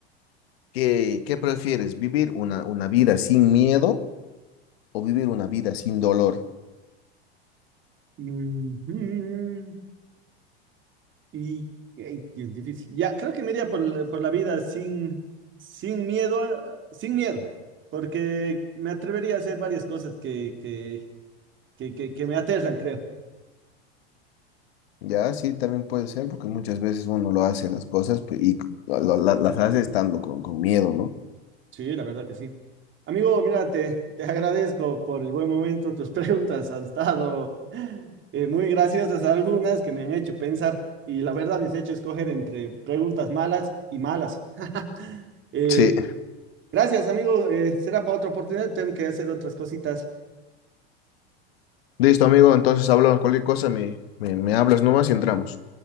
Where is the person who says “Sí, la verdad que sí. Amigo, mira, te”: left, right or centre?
Right